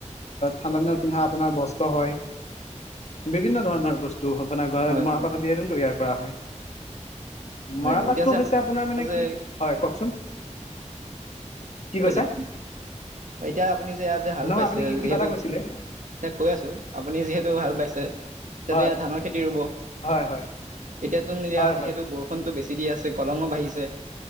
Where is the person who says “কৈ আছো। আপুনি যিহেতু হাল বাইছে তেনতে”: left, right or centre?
Right